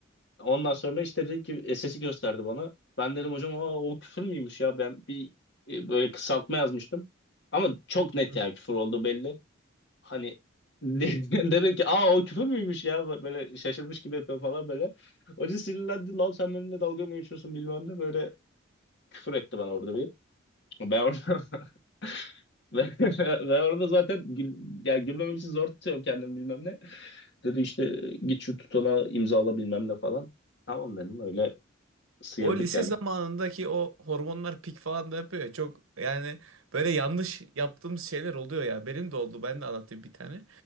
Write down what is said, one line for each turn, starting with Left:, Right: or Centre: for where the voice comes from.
Left: Ondan sonra işte dedi ki e, sesi gösterdi bana. Ben dedim hocam Aa, o küfür müymüş ya ben bir e, böyle kısaltma yazmıştım. Ama çok net
Right: Hı.
Left: yani küfür olduğu belli. Hani <laughs> de- dedim ki aa o küfür müymüş ya böyle şaşırmış gibi yapıyor falan böyle. Hoca sinirlendi lan sen benimle dalga mı geçiyorsun bilmem ne böyle küfür etti bana orada bir. Ben orada <laughs> ben ben orada zaten gül, yani gülmemek için zor tutuyorum kendimi bilmem ne. Dedi işte git şu tutana imzala bilmem ne falan. Tamam dedim öyle sıyırdık
Right: O lise
Left: yani
Right: zamanındaki o hormonlar pik falan da yapıyor ya çok yani böyle yanlış yaptığımız şeyler oluyor ya benim de oldu ben de anlatayım bir tane.